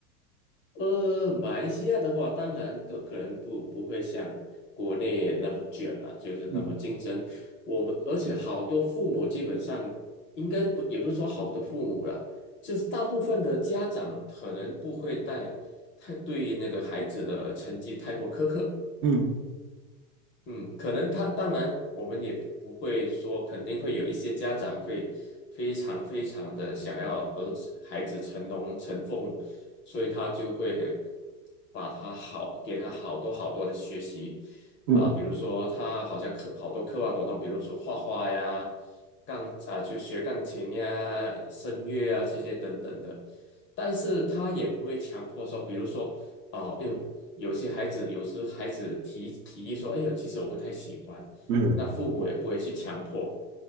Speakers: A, on the left; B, on the right.
A: 呃，马来西亚的话，当然都可能不不会像国内那么卷了、就是那么竞争。
B: 嗯
A: 我们而且好多父母基本上应该不，也不是说好多父母啦，就是大部分的家长可能不会带太对那个孩子的成绩太过苛刻。
B: 嗯
A: 嗯，可能他当然，我们也不会说，肯定会有一些家长会非常非常的想要儿子孩子成龙成凤，所以他就会把他好给他好多好多的学习啊、
B: 嗯
A: 比如说他好像课好多课外活动，比如说画画呀、钢啊、就学钢琴呀、声乐啊这些等等的，但是他也不会强迫说，比如说。哦，哎，有些孩子，有时孩子提提议说：“哎呦，其实我不太喜欢。”那父母也不会去强迫，
B: 嗯，